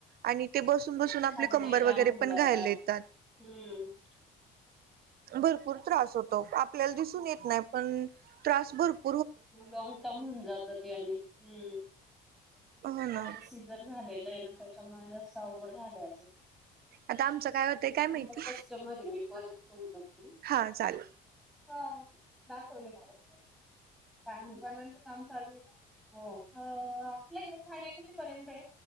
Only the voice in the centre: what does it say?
खांदे
जाम
होऊन
जाता
हम्म
लॉग टर्म म्हणून जात ते आणि हम्म
माझ
सिझर झालेलं आहे ना त्याच्यामुळे जास्त अवघड झा आल्याज
आला कस्टमर मीट वरच कल करत
हा ना कोवले मार काम चालू आहे का हो आपल्याक ठाण्या कितीपर्यंत आहे